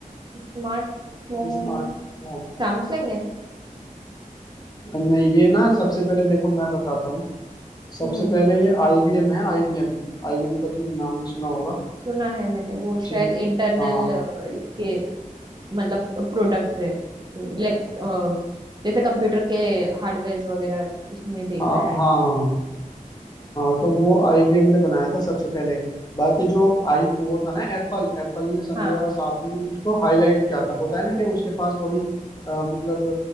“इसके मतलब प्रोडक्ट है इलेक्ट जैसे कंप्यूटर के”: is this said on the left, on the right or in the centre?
Right